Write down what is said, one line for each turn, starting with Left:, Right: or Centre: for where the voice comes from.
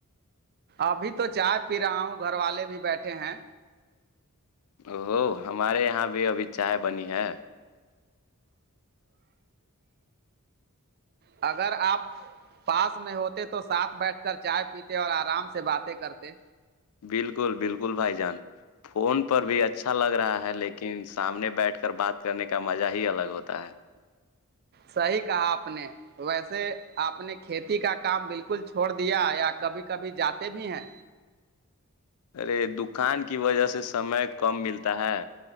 Right: ابھی تو چائے پی رہا ہوں گھر والے بھی بیٹھے ہیں
Left: او ہو ہمارے یہاں بھی ابھی چائے بنی ہے
Right: اگر آپ پاس میں ہوتے تو ساتھ بیٹھ کر چائے پیتے اور آرام سے باتیں کرتے
Left: بالکل بالکل بھائی جان فون پر بھی اچھا لگ رہا ہے لیکن سامنے بیٹھ کر بات کرنے کا مزہ ہی الگ ہوتا ہے <inaudible>
Right: صحیح کہا آپ نے ویسے آپ نے کھیتی کا کام بالکل چھوڑ دیا یا کبھی کبھی جاتے بھی ہیں
Left: ارے دکان کی وجہ سے سمے کم ملتا ہے